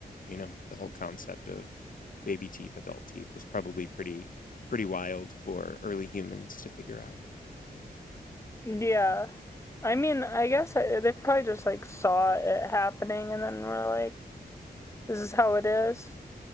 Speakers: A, on the left (about 55°); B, on the left (about 15°).
A: You know, the whole concept of baby teeth, adult teeth was probably pretty pretty wild for early humans to figure out.
B: Yeah. I mean, I guess I, they probably just like saw it happening and then were like, this is how it is